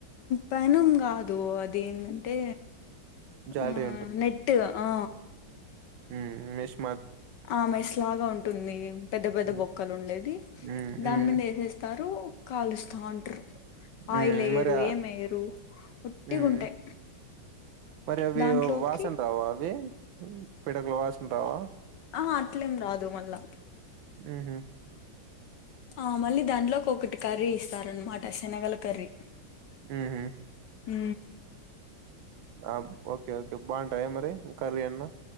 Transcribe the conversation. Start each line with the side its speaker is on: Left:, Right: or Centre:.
Left: పెనం కాదు అది ఏంమంటే
Right: జాలరీ
Left: ఆ నెట్టు ఆ
Right: మ్మ్ మ్మ్
Left: ఆ మెస్ లాగా ఉంటుంది పెద్ద పెద్ద
Right: హ్మ్
Left: బొక్కలు ఉండేది
Right: హ్మ్ హ్మ్
Left: దాని మీద ఏసేస్తారు కాలుస్తా ఉంటారు
Right: మ్మ్
Left: ఆయిల్ వేయరు
Right: మరి
Left: ఏం వేయరు ఒట్టిగుంటాయి
Right: మ్మ్ మరి అవి
Left: దాంట్లోకి
Right: వాసన రావా అవి పిడకుల వాసన రావా
Left: అహా అట్లేం రాదు మళ్ళా
Right: మ్మ్ హూ
Left: ఆ మళ్ళీ దాంట్లో ఒకటి కర్రీ ఇస్తారనమాట శనగల కర్రీ
Right: మ్మ్ హూ
Left: ఉ
Right: ఆ ఓకే ఓకే బాగుంటాయి మరి కర్రీ అన్న